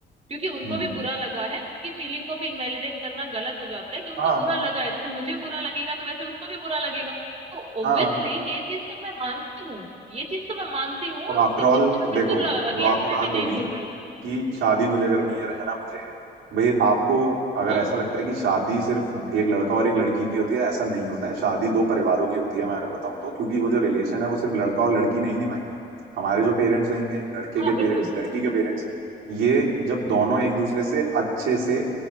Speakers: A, on the right; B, on the right.
A: क्योंकि उनको
B: हम्म
A: भी बुरा लगा है उनकी फीलिंग को भी इनवैलिडेट करना गलत हो जाता है कि उनको
B: हाँ
A: बुरा लगा है जैसे मुझे बुरा लगेगा तो वैसे उनको भी बुरा लगेगा तो ऑब्वियसली
B: हाँ
A: ये चीज तो मैं मानती हूँ ये चीज तो मैं मानती हूँ
B: और
A: और
B: आफ्टर
A: इस
B: ऑल
A: चीज से मैं बिल्कुल
B: देखो
A: अगेंस्ट
B: जो आपने
A: में
B: बात
A: भी
B: बोली
A: नहीं बोल रही हूँ
B: कि शादी मुझे करनी है रहना मुझे है भाई आपको अगर
A: हाँ
B: ऐसा लगता है कि शादी सिर्फ एक लड़का और एक लड़की की होती है ऐसा नहीं होता है शादी दो परिवारों की होती है मैं अगर बताऊं तो क्योंकि वो जो रिलेशन है वो सिर्फ लड़का और लड़की नहीं निभाएंगे हमारे जो पेरेंट्स होंगे लड़के
A: हाँ
B: के पेरेंट्स
A: बिल्कुल
B: लड़की के पेरेंट्स ये जब दोनों एक दूसरे से अच्छे से